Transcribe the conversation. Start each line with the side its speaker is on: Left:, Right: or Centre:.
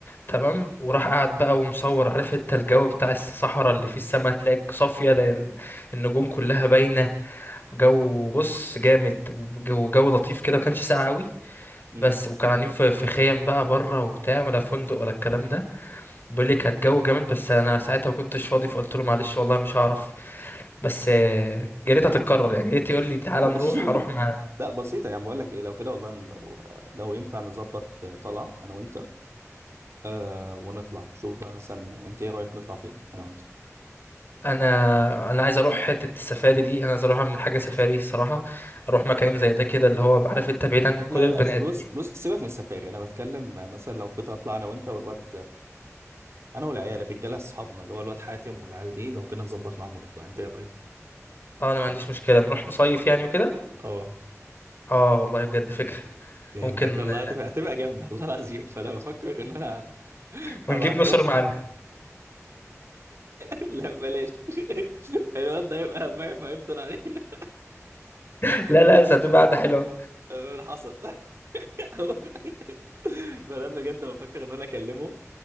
Left: تمام
Right: م-
Left: وراح قعد بقى ومصور عارف انت الجو بتاع الصحراء اللي فيه السماء تلاقي صافية لأن النجوم كلها باينة جو بص جامد وجو جو لطيف كده ما كانش ساقع قوي
Right: م-
Left: بس
Right: م.
Left: وكان قاعدين في في خيم بقى بره وبتاع ولا فندق ولا الكلام ده بيقول لي كانت جو جامد بس انا ساعتها ما كنتش فاضي فقلت له معلش والله مش هعرف بس آه، يا ريت هتتكرر يعني يا ريت يقول لي تعالى
Right: <laughs>
Left: نروح اروح مع
Right: لا بسيطة يعني بقول لك ايه لو كده والله لو لو ينفع نظبط طلعة انا وانت آه ونطلع شوف بقى مثلا انت ايه رأيك نطلع فين انا وانت
Left: انا انا عايز اروح حته السفاري دي انا عايز اروح اعمل حاجه سفاري الصراحه اروح مكان زي ده كده اللي هو عارف انت بعيد عن كل
Right: لا
Left: البني
Right: لا
Left: ادمين
Right: بص بص سيبك من السفاري انا بتكلم مثلا لو كنت اطلع انا وانت والواد انا والعيال الرجاله اصحابنا اللي هو الواد حاتم والعيال دي لو كنا نظبط معاهم ونطلع انت ايه رايك؟
Left: اه انا ما عنديش مشكله نروح نصيف يعني وكده
Right: اه
Left: اه والله بجد فكره
Right: يا
Left: ممكن
Right: بجد والله هتبقى هتبقى جامده والله العظيم فانا بفكر ان انا
Left: ونجيب
Right: هبعت
Left: نصر
Right: له
Left: معانا
Right: <laughs> لا بلاش الواد ده هيبقى فاهم هيفضل علينا
Left: <laughs> لا لا بس هتبقى قعده حلوه
Right: اللي حصل <laughs> فانا بجد بفكر ان انا اكلمهم